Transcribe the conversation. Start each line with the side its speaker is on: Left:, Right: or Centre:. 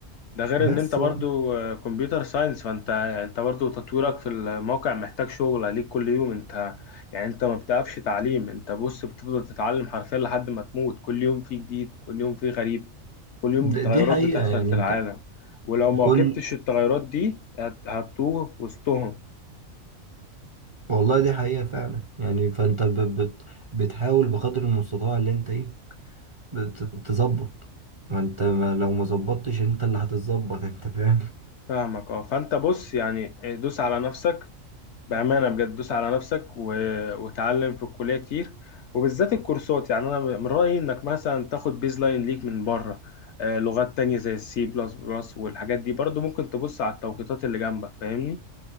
Left: ده غير
Right: بس
Left: ان انت برضو
Right: يعني
Left: كمبيوتر ساينس فانت انت برضو تطويرك في الموقع محتاج شغل عليك كل يوم انت يعني انت ما بتقفش تعليم انت بص بتفضل تتعلم حرفيا لحد ما تموت كل يوم فيه جديد كل يوم فيه غريب كل يوم
Right: د-
Left: تغيرات
Right: دي حقيقة
Left: بتحصل
Right: يعني
Left: في العالم
Right: انت
Left: ولو ما
Right: كل
Left: واكبتش التغيرات دي هت- هتتوه وسطهم
Right: والله دي حقيقة فعلا يعني فانت ب... بت... بتحاول بقدر المستطاع اللي انت ايه بت... تظبط ما انت ما لو ما ظبطتش انت اللي هتتظبط انت فاهم
Left: فاهمك اه فانت بص يعني دوس على نفسك بأمانة بجد دوس على نفسك و... وتعلم في الكلية كتير وبالذات الكورسات يعني أنا من رأيي إنك مثلا تاخد بيز لاين ليك من بره آه، لغات تانية زي السي بلس بلس والحاجات دي برضو ممكن تبص على التوقيتات اللي جنبك فاهمني